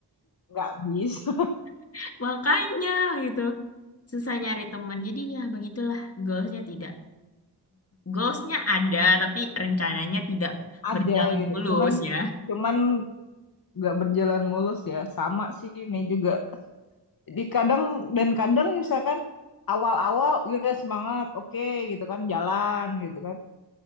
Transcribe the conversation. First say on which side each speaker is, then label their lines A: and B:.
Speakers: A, on the left; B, on the left.
A: nggak bisa
B: <laughs> Makanya gitu, susah nyari temen. Jadi ya begitulah, goalsnya tidak, goalsnya ada, tapi rencananya tidak
A: <laughs> ada
B: berjalan
A: gitu
B: mulus
A: cuman
B: ya.
A: cuman nggak berjalan mulus ya sama sih ini juga di kadang dan kadang misalkan awal-awal ya semangat oke gitu kan jalan gitu kan